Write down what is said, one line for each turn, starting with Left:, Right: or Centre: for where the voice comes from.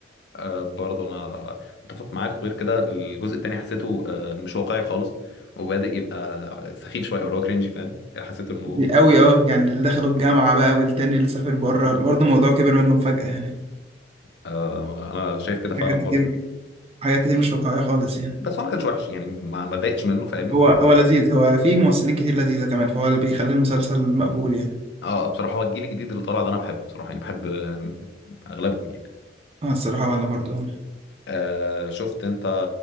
Left: آه برضو انا متفق معاك وغير كده الجزء التاني حسيته آه مش واقعي خالص وبادئ يبقى سخيف شويه او اللي هو كرينجي فاهم حسيت انه
Right: دي قوي اه يعني اللي دخلوا الجامعه بقى والتاني اللي سافر بره برضه الموضوع كبر منهم فجاه يعني
Left: آه انا شايف كده فعلا
Right: حاجات
Left: برضو
Right: كتير حاجات كتير مش واقعيه خالص يعني
Left: بس هو ما كانش وحش يعني ما ما اتضايقتش منه فاهمني
Right: هو هو لذيذ هو فيه ممثلين كتير لذيذه كمان فهو اللي بيخلي المسلسل مقبول يعني
Left: اه آه، بصراحه هو الجيل الجديد اللي طالع ده انا بحبه بصراحه يعني بحب آه، اغلبهم يعني
Right: اه الصراحه وانا برضه آه.
Left: آه شفت انت